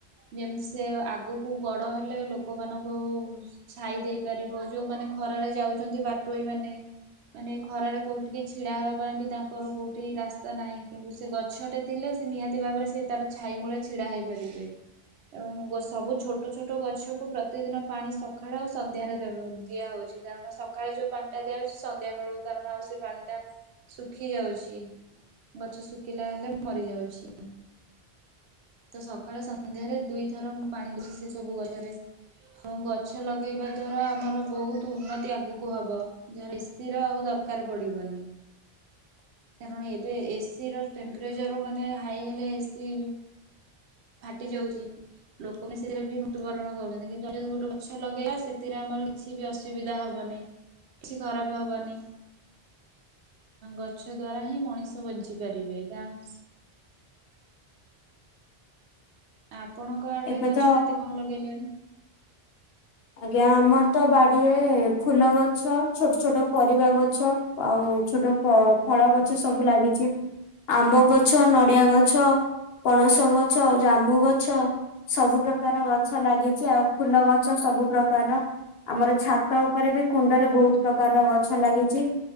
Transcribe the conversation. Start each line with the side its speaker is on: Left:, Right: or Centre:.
Right: ଯେମିତି ସେ ଆଗକୁ ବଡ ହେଲେ ଲୋକମାନଙ୍କୁ ଛାଇ ଦେଇ ପାରିବ ଯୋଉମାନେ ଖରାରେ ଯାଉଛନ୍ତି, ବାଟୋଇ ମାନେ ମାନେ ଖରାରେ କୋଉଠିକି ଛିଡା ହେବା ପାଇଁ ବି ତାଙ୍କର କୋଉଠି ରାସ୍ତା ନାହିଁ, କିନ୍ତୁ ସେ ଗଛଟେ ଥିଲେ ସେ ନିହାତି ଭାବରେ ସେ ତାର ଛାଇ ମୂଳେ ଛିଡା ହେଇପାରିବେ। ଏବଂ ସବୁ ଛୋଟ ଛୋଟ ଗଛକୁ ପ୍ରତିଦିନ ପାଣି ସକାଳ ଆଉ ସନ୍ଧ୍ୟାରେ ଦେ ଦିଆହଉଛି। କାରଣ ସକାଳେ ଯୋଉ ପାଣି ଟା ଦିଆଯାଉଛି ସନ୍ଧ୍ୟା ବେଳକୁ କାରଣ ଆଉ ସେ ପାଣି ଟା ଶୁଖି ଯାଉଛି, ଗଛ ଶୁଖିଲା ହେଲେ ମରି ଯାଉଛି। ତ ସକାଳେ ସନ୍ଧ୍ୟାରେ ଦୁଇ ଥର ମୁଁ ପାଣି ଦଉଛି ସେ ସବୁ ଗଛରେ। ଗଛ ଲଗେଇବା ଦ୍ଵାରା ଆମର ବହୁତ ଉନ୍ନତି ଆଗକୁ ହବ ଯାହାର ଏସ ସିର ଆଉ ଦରକାର ପଡିବନି। କାରଣ ଏବେ ଏସିିର ଟେମ୍ପରେଚର ମାନେ ହାଇ ହେଲେ ଏସିି ଫାଟି ଯାଉଛି। ଲୋକବି ସେଥିରେ ବି ମୃତ୍ୟୁବରଣ କରୁଛନ୍ତି କିନ୍ତୁ, ଯଦି ଗୋଟେ ଗଛ ଲଗେଇବା ସେଥିରେ ଆମର କିଛି ବି ଅସୁବିଧା ହେବନି, କିଛି ଖରାପ ହେବନି। ଗଛ ଦ୍ଵାରା ହିଁ ମଣିଷ ବଞ୍ଚି ପାରିବେ। <unintelligible> ଆପଣଙ୍କ ଆଡେ
Left: ଏବେ
Right: ଗଛ
Left: ତ
Right: କେତେ କଣ ଲଗେଇଲେଣି?
Left: ଆଜ୍ଞା, ଆମର ତ ବାଡିରେ ଫୁଲ ଗଛ, ଛୋଟ ଛୋଟ ପରିବା ଗଛ। ଆଉ ଛୋଟ ଫଳ ଗଛ ସବୁ ଲାଗିଛି। ଆମ୍ବ ଗଛ, ନଡିଆ ଗଛ, ପଣସ ଗଛ, ଜାମ୍ବୁ ଗଛ ସବୁ ପ୍ରକାର ଗଛ ଲାଗିଛି ଆଉ ଫୁଲ ଗ ଛ ସବୁ ପ୍ରକାରର ଆମର ଛାତ ଉପରେ ବି କୁଣ୍ଡରେ ବହୁତ ପ୍ରକାରର ଗଛ ଲାଗିଛି।